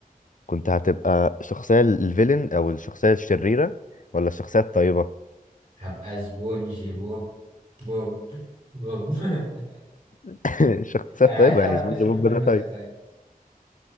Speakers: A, on the left; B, on the right.
A: كنت هتبقى الشخصية الفيلن أو الشخصية الشريرة ولا الشخصية الطيبة؟
B: هبقى سبونج بوب بوب بوب <laughs>
A: <laughs> الشخصية
B: انا
A: الطيبة
B: عايز اعرف
A: يعني سبونج
B: اسم
A: بوب
B: الفيلم
A: ده طيب
B: ده طيب